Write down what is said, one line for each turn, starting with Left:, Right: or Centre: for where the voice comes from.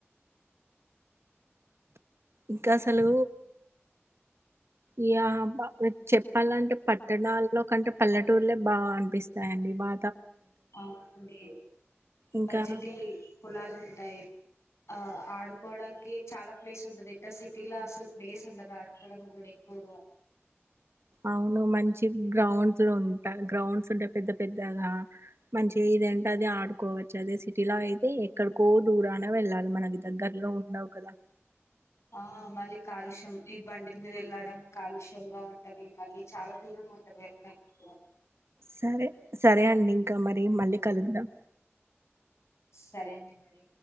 Right: ఇంకా అసలు యప్పా చెప్పాలంటే పట్టణాల్లో కంటే పల్లెటూర్లే బాగా అనిపిస్తాండి వా
Left: అవునండి
Right: ఇంకా
Left: పచ్చటి పొలాలు ఉంటాయి. ఆ ఆడుకోవడానికి చాలా ప్లేస్ ఉంటదింట సిటీలో అసలు ప్లేస్ ఉండదు ఆడుకోవడం కూడా ఎ ఇగ
Right: అవును మంచి గ్రౌండ్స్ లో ఉంటా గ్రౌండ్స్ ఉంటే పెద్ద పెద్దగా మంచి ఇదేంటే అది ఆడుకోవచ్చు అదే సిటీలో అయితే ఇక్కడికో దూరాన వెళ్ళాలి మనకి దగ్గరలో ఉండవు కదా.
Left: ఆ మళ్లీ కాలుష్యం ఈ బండిల మీద వెళ్ళడం కాలుష్యంగా ఉంటది. మళ్లీ చాలా దూరం ఉంట వెళ్లడానికి కూడ
Right: సరే సరే అండి ఇంకా మరి మళ్లీ కలుద్దాం.
Left: సరే అండి మరి